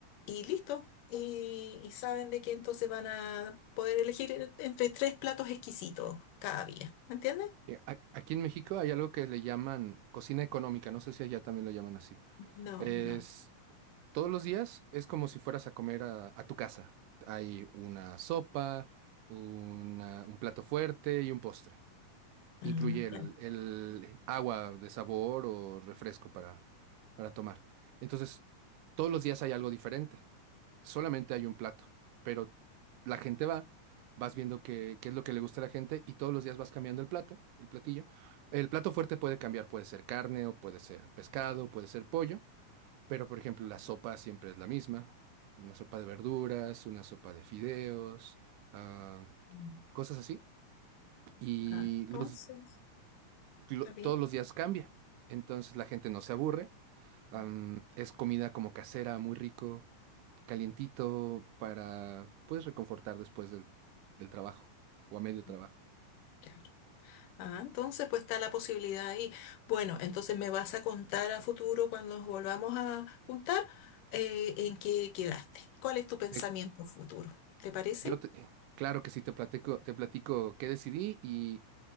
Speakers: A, on the left; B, on the right.
A: y listo. Y, y saben de que entonces van a poder elegir entre tres platos exquisitos cada día. ¿Me entiendes?
B: Eh, a- Aquí en México hay algo que le llaman cocina económica, no sé si allá también lo llaman así.
A: No,
B: Es,
A: no.
B: todos los días es como si fueras a comer a, a tu casa. Hay una sopa, una- un plato fuerte y un postre.
A: Ah,
B: incluye el,
A: claro.
B: el agua de sabor o refresco para, para tomar. Entonces, todos los días hay algo diferente. Solamente hay un plato, pero la gente va, vas viendo qué, qué es lo que le gusta a la gente y todos los días vas cambiando el plato, el platillo. El plato fuerte puede cambiar, puede ser carne o puede ser pescado, puede ser pollo, pero por ejemplo, la sopa siempre es la misma. Una sopa de verduras, una sopa de fideos, ah,
A: Mm.
B: cosas así. Y
A: Ah, entonces,
B: los, lo-
A: está bien.
B: todos los días cambia. Entonces la gente no se aburre. am,
A: Mm,
B: es comida como casera, muy rico, calientito, para pues reconfortar después del, del trabajo o a medio trabajo.
A: mm, Claro. Ah, entonces pues está la posibilidad ahí. Bueno, entonces me vas a contar a futuro cuando nos volvamos a juntar eh, en qué quedaste. ¿Cuál es tu pensamiento
B: Eh,
A: futuro? ¿Te parece?
B: yo te- eh, claro que sí te platico, te platico qué decidí y,